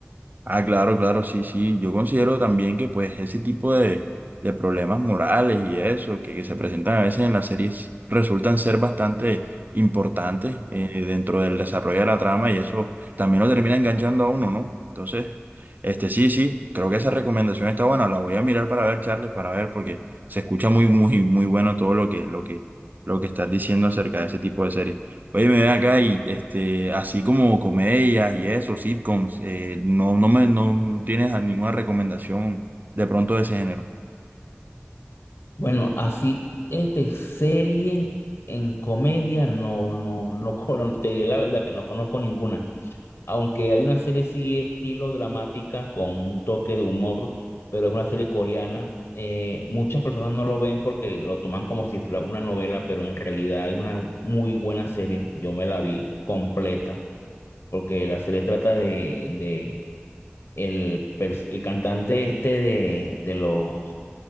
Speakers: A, on the right; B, on the left.
A: Ah, claro, claro, sí, sí. Yo considero también que pues ese tipo de, de problemas morales y eso que, que se presentan a veces en las series resultan ser bastante importantes eh, dentro del desarrollo de la trama y eso también lo termina enganchando a uno, ¿no? Entonces, este sí, sí, creo que esa recomendación está buena. La voy a mirar para ver, Charles, para ver, porque se escucha muy, muy, muy bueno todo lo que, lo que, lo que estás diciendo acerca de ese tipo de series. Oye, me ven acá y este, así como comedias y eso, sitcoms, eh, no, no me, no tienes a ninguna recomendación de pronto de ese género.
B: Bueno, así, este, series en comedia, no, no, no, <laughs> cono- te diré la verdad que no conozco ninguna. Aunque hay una serie sí estilo dramática con un toque de humor, pero es una serie coreana. eh, muchas personas no lo ven porque lo toman como si fuera una novela, pero en realidad es una muy buena serie. Yo me la vi completa porque la serie trata de, de el, pers- el cantante este de, de los